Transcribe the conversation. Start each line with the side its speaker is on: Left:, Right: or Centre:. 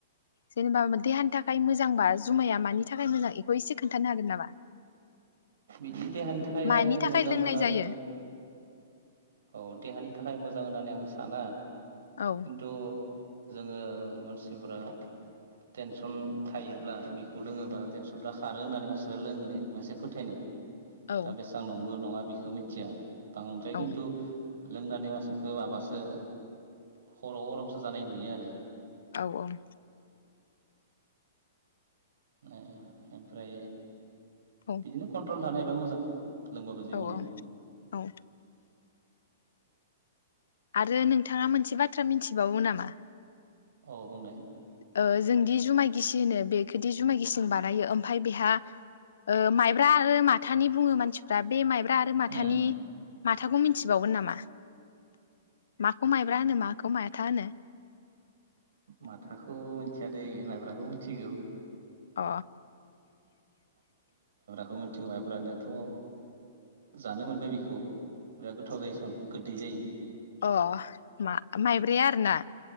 Left: जेनेबा देहानि नि थाखाय मोजांबा जुमाया मानि थाखाय मोजां बेखौ एसे खोन्थानो हागोन नामा?
Right: बिदि देहानि थाखाय
Left: मानि थाखाय
Right: मोजां
Left: लोंनाय
Right: होननानै
Left: जायो
Right: औ देहानि थाखाय मोजां होननानै आं साना।
Left: औ
Right: खिन्थु जोङो मानसिफोरा टेनसन थायोब्ला बिखौ लोङोब्ला टेनसनफ्रा खारो होननानै मानसिफोरा लोंङो मोनसे फोथायनाय।
Left: औ
Right: दा बेसेबां नंगौ नङा बेखौ मिथिया। बे
Left: औ
Right: किनटु लोंनानै मासिफोरखौ माबासो खर' गरमसो जानाय नुयो आरो।
Left: औ ओं
Right: ए ओमफ्राय
Left: औ
Right: बिदिनो कन्ट्रल थानाय एबा मोजां। लोंबाबो जेबो
Left: औ औ
Right: नङा
Left: औ। आरो नोंथांङा मोनसे बाथ्रा मिनथिबावो नामा।
Right: अ बुंनाय।
Left: ओ जोंदि जुमाय गिसि होनो बेखोदि जुमाय गिसिंजों बानायो ओमफ्राय बेहाओ माइब्रा आरो माथानि बुङो मानसिफ्रा बे माइब्रा। दा आरो माथानि।
Right: उम
Left: माथाखौ मिनथिबावगोन नामा माखौ माइब्रा होनो माखौ मायथा होनो?
Right: माथाखौ मिथियादै माइब्राखौ मिथिगौ।
Left: अ
Right: बेखौ मिथिगौ मायब्रानियाथ'। जानो मोनबाय बेखौ बिराद गोथाव जायोसन गोदै जायो।
Left: अ मा माइब्राया आरो ना?